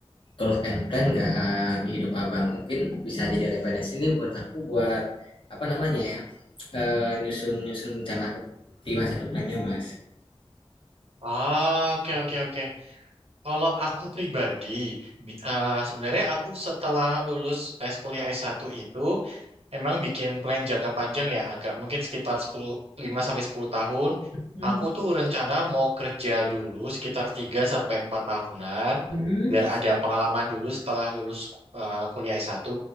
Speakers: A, on the left; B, on the right.
A: goals and plan nggak eh, di hidup Abang? Mungkin bisa jadi referensi nih buat aku buat apa namanya ya, eh, nyusun-nyusun rencana aku di masa depannya, Mas.
B: Ah, Oke, oke, oke. Kalau aku pribadi, bi- eh, sebenarnya aku setelah lulus S kuliah s satu itu, emang bikin plan jangka panjang ya, agak mungkin sekitar sepuluh 5 sampai 10 tahun.
A: Hmm.
B: Aku tuh rencana mau kerja dulu sekitar 3 sampai 4 tahunan,
A: Hmm.
B: biar ada pengalaman dulu setelah lulus eh, kuliah s satu.